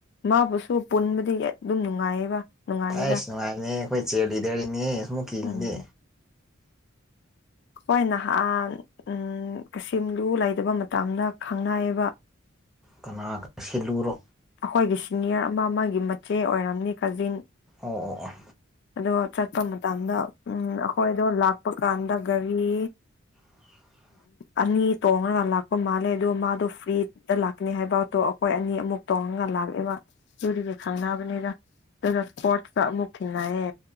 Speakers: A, on the left (about 55°); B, in the centre.
A: ꯃꯥꯕꯨꯁꯨ ꯄꯨꯟꯕꯗꯤ ꯑꯗꯨꯝ ꯅꯨꯡꯉꯥꯏꯌꯦꯕ ꯅꯨꯡꯉꯥꯏꯌꯦꯗ
B: ꯑꯩꯁ ꯅꯨꯡꯉꯥꯏꯅꯦ ꯑꯩꯈꯣꯏ ꯆꯦꯜꯂꯤꯗꯔꯤꯅꯦ ꯁꯃꯨꯀꯤꯅꯦ
A: ꯎꯝ ꯍꯣꯏ ꯅꯍꯥꯟ ꯎ ꯀꯩꯁꯝꯂꯨ ꯂꯩꯇꯕ ꯃꯇꯝꯗ ꯈꯪꯅꯌꯦꯕ
B: ꯀꯅꯥ ꯀꯅꯥ ꯁꯤꯜꯂꯨꯔꯣ
A: ꯑꯩꯈꯣꯏꯒꯤ ꯁꯤꯅꯤꯌꯔ ꯑꯃ ꯑꯃꯒꯤ ꯃꯆꯦ ꯑꯣꯏꯔꯝꯅꯤ ꯀꯥꯖꯤꯟ
B: ꯑꯣ ꯑꯣ ꯑꯣ
A: ꯑꯗꯣ ꯆꯠꯄ ꯃꯇꯝꯗ ꯎꯝ ꯑꯩꯈꯣꯏꯗꯣ ꯂꯥꯛꯄ ꯀꯥꯟꯗ ꯒꯥꯔꯤ
B: <unintelligible>
A: ꯑꯅꯤ ꯇꯣꯡꯉꯒ ꯂꯥꯛꯄ ꯃꯥꯜꯂꯦ ꯑꯗꯨꯒꯣ ꯃꯥꯗꯣ ꯐ꯭ꯔꯤꯗ ꯂꯥꯛꯀꯅꯤ ꯍꯥꯏꯕꯗꯣ ꯑꯩꯈꯣꯏ ꯑꯅꯤ ꯑꯃꯨꯛ ꯇꯣꯡꯉꯒ ꯂꯥꯛꯑꯦꯕ ꯆꯨꯔꯤꯁꯦ ꯈꯪꯅꯕꯅꯤꯗ ꯑꯗꯨꯗ ꯏꯁꯄꯣꯔꯠꯁꯀ ꯑꯃꯨꯛ ꯊꯦꯡꯅꯌꯦ